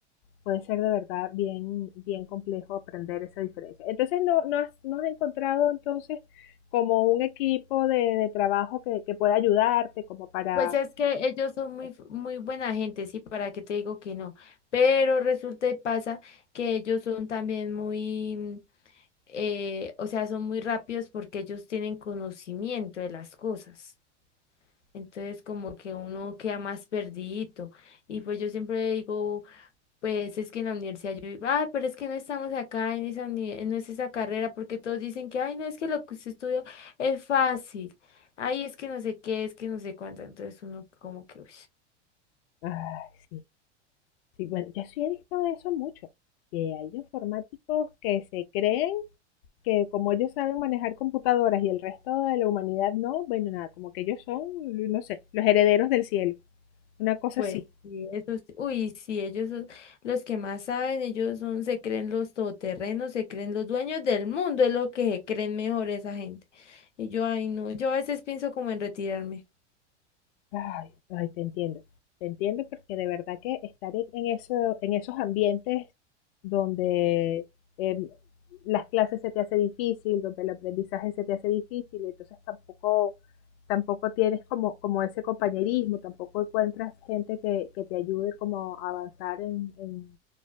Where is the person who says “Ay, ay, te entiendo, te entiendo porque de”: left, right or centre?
Left